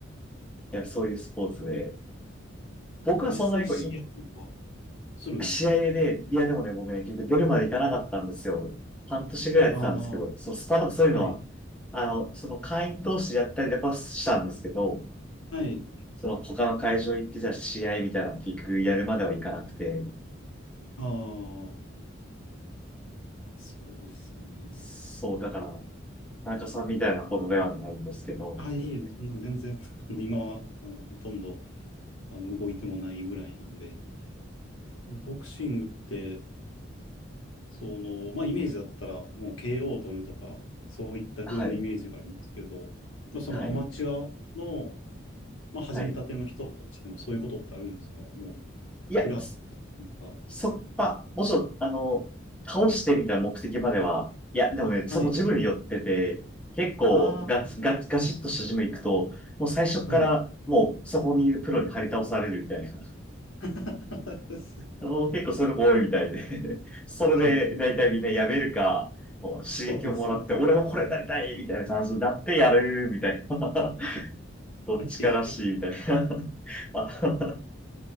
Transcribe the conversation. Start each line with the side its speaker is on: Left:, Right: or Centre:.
Centre: いや、そういうスポーツで、僕はそんなにこう、
Left: 実際、試合とか
Centre: い、
Left: するんですか
Centre: 試合で、いや、でもね、僕ね、結局出るまでいかなかったんですよ。半年ぐらいやってたんですけど、
Left: ああー、
Centre: そう、スパ、そういうのは、
Left: はい、
Centre: あの、その会員同士でやったりとかはしたんですけど、
Left: はい、
Centre: その他の会場行って、じゃあ試合みたいなの結局やるまではいかなくて、
Left: あーあ、そうですよね。
Centre: そう、だから、会社さんみたいなほどではないんですけど、
Left: あ、いいえ、そんな全然、<laughs> あの今は、あの、ほとんど、あの、動いてもないぐらいなんで、で、ボクシングって、その、まあイメージだったらもう KO を取るとか、そういった風なイメージがありますけど、
Centre: はい、
Left: まあそのアマチュアの、
Centre: はい、
Left: まあ始めたての人たちでもそういうことってあるんですかもう、
Centre: はい。いや、
Left: フラット
Centre: そ、
Left: とか。
Centre: そまあ、もちろん、あの、倒してみたいな目的までは、いや、でもね、そのジムに寄ってて、
Left: はい。
Centre: 結構ガツ、
Left: ああ、
Centre: ガツ、ガシッとしたジム行くと、
Left: うん、
Centre: もう最初からもうそこにいるプロに張り倒されるみたいな。
Left: はい。<laughs> すごいな。
Centre: あの、結構そういうのも多いみたいで <laughs> それで大体みんなやめるか、
Left: はい。
Centre: もう刺激をもらって、
Left: そうですよね。
Centre: 俺もこれになりたいみたいな感じになってやるみたいな。<laughs> どっちからしいみたいな。
Left: はい。
Centre: <laughs> あ